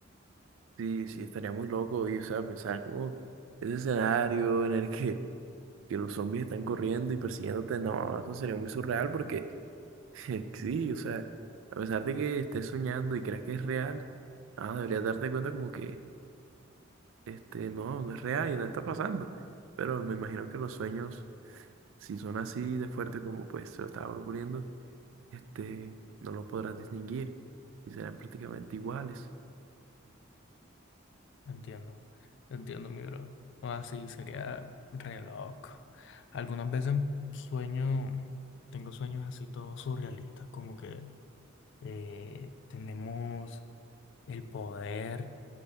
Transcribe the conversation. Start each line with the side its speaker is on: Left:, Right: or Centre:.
Right: Sí, sí, estaría muy loco y, o sea, pensar como ese escenario en el que, que los zombies están corriendo y persiguiéndote, no, eso sería muy surreal porque, <laughs> sí, o sea, a pesar de que estés soñando y creas que es real, ah, deberías darte cuenta como que Este, no, no es real y nada está pasando. Pero me imagino que los sueños, si son así de fuerte como pues se lo estaba proponiendo, este, no lo podrás distinguir y serán prácticamente iguales.
Left: Entiendo, entiendo, mi bro. O así sería re loco. Algunas veces sueño, tengo sueños así todos surrealistas, como que eh, tenemos el poder